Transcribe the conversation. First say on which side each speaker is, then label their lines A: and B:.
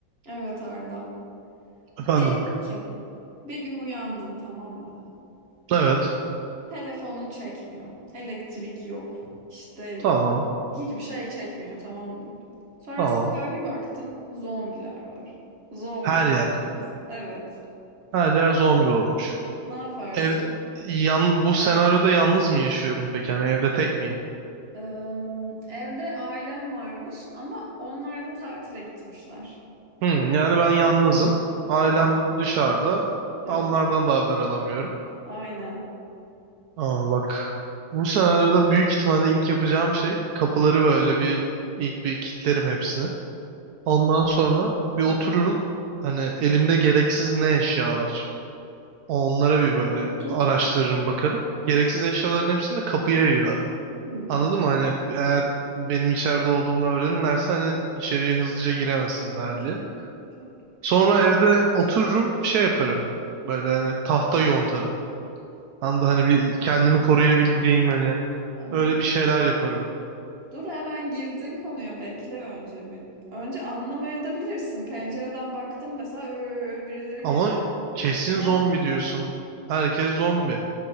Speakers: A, on the right; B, on the right.
A: Evet Arda.
B: Efendim.
A: Diyelim ki bir gün uyandın tamam mı?
B: Evet.
A: Telefonun çekmiyor. Elektrik yok. İşte
B: Tamam.
A: hiçbir şey çekmiyor tamam mı? Sonra
B: Tamam.
A: sokağa bir baktın zombiler var. Zombi
B: Her
A: falan.
B: yer.
A: Evet.
B: Her yer zombi olmuş.
A: Ne yaparsın?
B: Ev yan bu senaryoda yalnız mı yaşıyorum peki? yani evde tek miyim?
A: Ee, evde ailen varmış ama onlar da tatile gitmişler.
B: Hmm, yani ben yalnızım. Ailem
A: Evet.
B: dışarıda.
A: Evet.
B: Onlardan da haber alamıyorum.
A: Aynen.
B: Ama bak bu senaryoda büyük ihtimalle ilk yapacağım şey kapıları böyle bir ilk bir kilitlerim hepsini. Ondan sonra bir otururum. Hani elimde gereksiz ne eşya var. Onlara bir böyle
A: <clears throat>
B: araştırırım bakarım. Gereksiz eşyaların hepsini de kapıya yığarım.
A: Hmm,
B: Anladın mı? Hani eğer benim içeride olduğumu öğrenirlerse hani içeriye hızlıca giremesinler
A: okey.
B: diye.
A: Okey.
B: Sonra evde otururum şey yaparım. Böyle hani tahta yontarım. Anladın hani bir kendimi koruyabileceğim hani
A: <laughs> Ama
B: öyle bir şeyler yaparım.
A: Dur hemen girdin konuya bekle önce bir. Önce anlamaya da bilirsin. Pencereden baktım mesela "Ö, birileri geziyor.
B: Ama kesin
A: Ne
B: zombi
A: olduğunu
B: diyorsun. Herkes zombi.